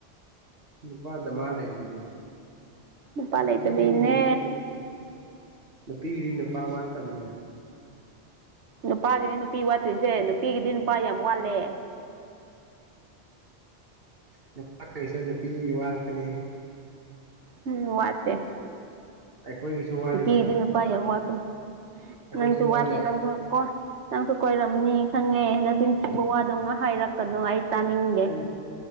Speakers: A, on the right; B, on the right.
A: ꯅꯨꯄꯥ ꯗꯃꯥ ꯂꯩꯁꯤꯗꯤ
B: ꯅꯨꯄꯥ
A: ꯅꯨꯄꯤ
B: ꯂꯩꯇꯕꯩꯅꯦ
A: ꯒꯤꯗꯤ ꯅꯨꯄ ꯅꯨꯄꯤꯒꯤꯗꯤ ꯅꯨꯄꯥ ꯋꯥꯠꯇꯕꯅꯦ
B: ꯅꯨꯄꯥꯒꯤꯅꯤ ꯅꯨꯄꯤ ꯋꯥꯠꯇ꯭ꯔꯤꯁꯦ ꯅꯨꯄꯤꯒꯤꯗꯤ ꯅꯨꯄꯥ ꯌꯥꯝ ꯋꯥꯠꯂꯦ
A: ꯅꯨꯄꯥꯒꯤꯁꯨ ꯅꯨꯄꯤ ꯋꯥꯠꯄꯅꯤ
B: ꯎꯝ ꯋꯥꯠꯇꯦ
A: ꯑꯩꯈꯣꯏꯒꯤꯁꯨ ꯋꯥꯠꯂꯤꯁꯤꯗꯤ
B: ꯅꯨꯄꯤꯒꯤꯗꯤ ꯅꯨꯄꯥ ꯌꯥꯝ ꯋꯥꯠꯄꯅꯤ
A: ꯑꯩꯈꯣꯏꯁꯨ
B: ꯅꯪꯁꯨ
A: ꯋꯥꯠꯂꯦ
B: ꯋꯥꯠꯇꯦ ꯅꯪꯁꯨ ꯀꯣ ꯅꯪꯁꯨ ꯀꯣꯏꯔꯝꯅꯤ ꯈꯪꯉꯦ ꯅꯆꯤꯟ ꯆꯤꯕ ꯋꯥꯗꯝ ꯍꯥꯏꯔꯛꯀꯅꯣ ꯑꯩ ꯇꯥꯅꯤꯡꯗꯦ
A: ꯑꯩ